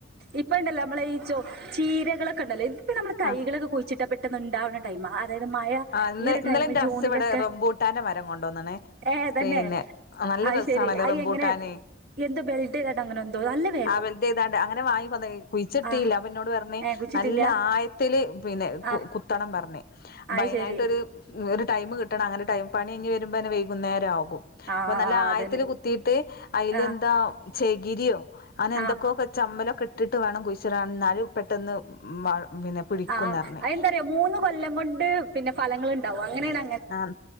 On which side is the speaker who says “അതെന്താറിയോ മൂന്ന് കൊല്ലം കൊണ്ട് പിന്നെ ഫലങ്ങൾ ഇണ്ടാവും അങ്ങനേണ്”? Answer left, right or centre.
Right